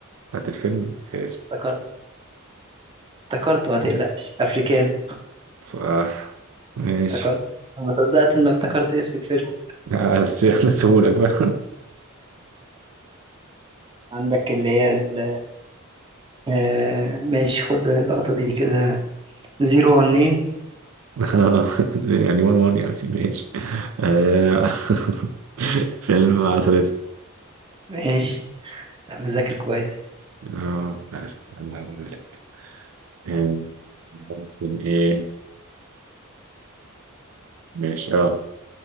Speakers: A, on the right (about 80°); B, on the right (about 25°).
A: بتاعت الفيلم اسم
B: افتكرت افتكرت افتكرت ما تقلقش افريكانو
A: صح ماشي
B: افتكرت ما صدقت ان افتكرت اسم الفيلم
A: آه، بس احنا سهولك بقى
B: عندك اللي هي ال آه، ماشي خد اللقطة دي كده زيرو ونين
A: <laughs> يعني وان وان يعني ماشي آه، <laughs> فيلم عسل أسود.
B: ماشي لا مذاكر كويس
A: اه استنى اقول لك آه، ممكن ايه ماشي اه